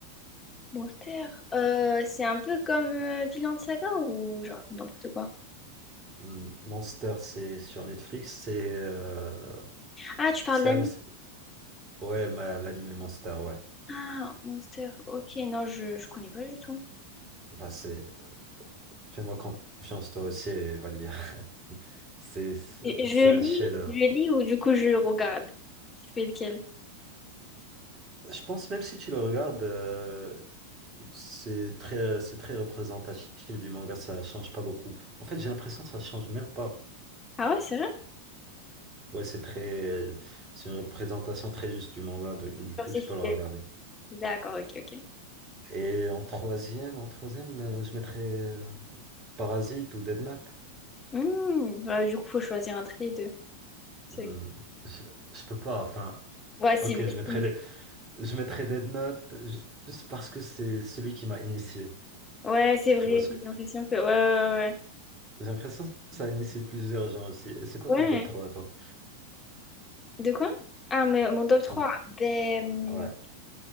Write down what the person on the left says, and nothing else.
Monster. Euh, c'est un peu comme euh, Vinland Saga ou je raconte n'importe quoi.
Ah, tu parles
d'anime?
Ah, Monster. Ok, non, je, je connais pas du tout.
Je je
lis,
je lis ou du coup je regarde. Je fais lequel?
Ah ouais, c'est vrai?
Genre,
c'est
fidèle.
D'accord, ok, ok.
Hmm, ouais, du coup, faut choisir entre les deux. C'est-
Ouais, si,
si.
Ouais, c'est
vrai.
J'ai l'impression que. Ouais,
ouais,
ouais.
Ouais.
De quoi? Ah, mais mon top 3
Ben.
hum,